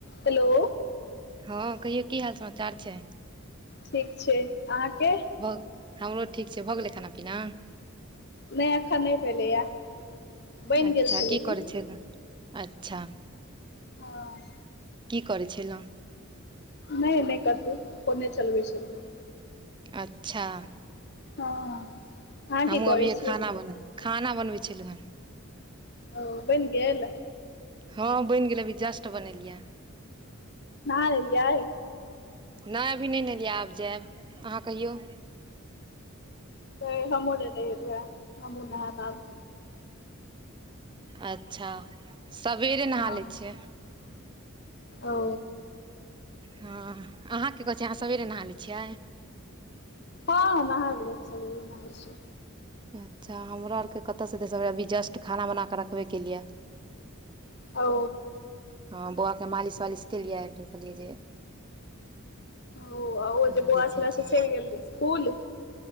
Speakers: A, on the left; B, on the right.
A: Hello
B: हाँ कहियौ कि हाल समाचार छै।
A: ठीक छै अहाँके
B: भ हमरो ठीक छै, भऽ गेलै खाना पीना।
A: नहि अखन नै भेलैया। बैन
B: अच्छा
A: गेल छै
B: की
A: लेकिन
B: करै छलहुँ अच्छा
A: हाँ।
B: कि करै छेल‌ऊ।
A: नहि-नहि कथु, फोने चलबै छलहुँ हैं।
B: अच्छा
A: हँ अहाँ
B: हमहुँ
A: की करै
B: अभीए
A: छियै
B: खाना बने खाना बनबै छेलु हैं।
A: ओ बैन गेल।
B: हाँ बैन गेलै, अभी जस्ट बनेलियाँ
A: नहा लेलियै।
B: नाहि अभी नहि नेहेलियै आब जैब अहाँ कहियौ।
A: तै हमूँहु नहि नहेलू हैं, हमहु नहैब आब।
B: अँच्छा सवेरे नहा
A: हँ
B: लै छियै।
A: ओ
B: ह अहाँ कि करै छियै अहाँ सवेरे नहा लै छियै
A: तऽ नहाइब लेब सबेरे नहाइ छियै
B: अँच्छा हमरो आरके कतऽ सँ हेतै सबेरे अभी जस्ट खाना बना कऽ रखबे केलिये
A: औ
B: हँ बौआ के मालिश-वालिश केलियै फेर कहलियै जे
A: ओ अ ओ
B: कनि
A: जे बौआ
B: देखै
A: छलै
B: छियै
A: से चलि गेल इसकूल।